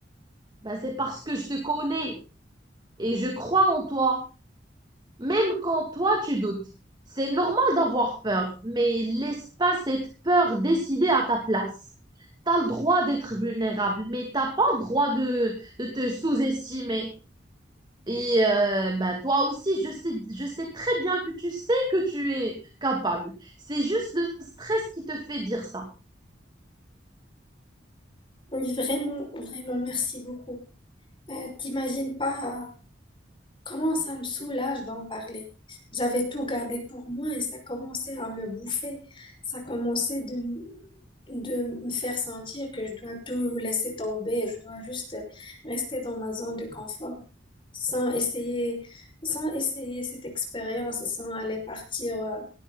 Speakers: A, on the right (about 25°); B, on the left (about 25°).
A: Ben, c'est parce que je te connais et je crois en toi. Même quand toi, tu doutes. C'est normal d'avoir peur, mais laisse pas cette peur décider à ta place. T'as le droit d'être vulnérable, mais t'as pas le droit de, de te sous-estimer. Et euh, bah toi aussi, je sais, je sais très bien que tu sais que tu es capable. C'est juste le stress qui te fait dire ça.
B: Oui, vraiment, vraiment, merci beaucoup. Euh, t'imagines pas euh, comment ça me soulage d'en parler. J'avais tout gardé pour moi et ça commençait à me bouffer. Ça commençait de, m- de me faire sentir que je dois tout laisser tomber, je dois juste rester dans ma zone de confort. sans essayer, sans essayer cette expérience et sans aller partir, euh,